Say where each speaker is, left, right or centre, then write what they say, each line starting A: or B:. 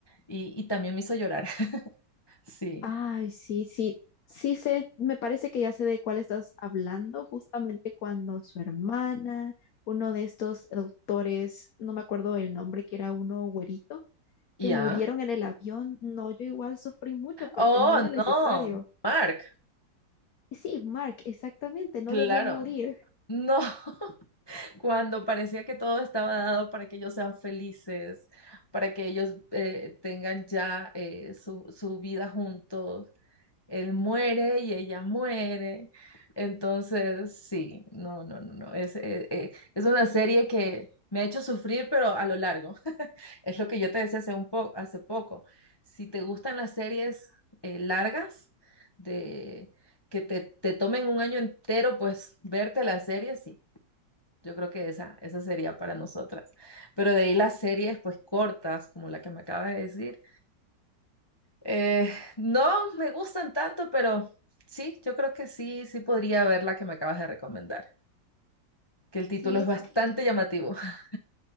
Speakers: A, on the left; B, on the left.
A: Y, y también me hizo llorar, <laughs> sí.
B: Ay, sí, sí, sí sé, me parece que ya sé de cuál estás hablando, justamente cuando su hermana, uno de estos doctores, no me acuerdo el nombre, que era uno güerito,
A: ¿Ya?
B: que murieron en el avión. No, yo igual sufrí mucho porque
A: Oh,
B: no era necesario.
A: no, Mark,
B: Y sí, Mark, exactamente, no
A: claro.
B: debió morir.
A: No, <laughs> cuando parecía que todo estaba dado para que ellos sean felices, para que ellos eh, tengan ya eh, su, su vida juntos él muere y ella muere. Entonces, sí, no, no, no, no. Es, eh, eh, es una serie que me ha hecho sufrir, pero a lo largo. <laughs> Es lo que yo te decía hace un po- hace poco. Si te gustan las series eh, largas, de que te, te tomen un año entero, pues verte la serie, sí. Yo creo que esa, esa sería para nosotras. Pero de ahí las series, pues cortas, como la que me acabas de decir eh, no me gustan tanto, pero sí, yo creo que sí, sí podría ver la que me acabas de recomendar, que el título
B: Sí,
A: es
B: es
A: bastante
B: que
A: llamativo. <laughs>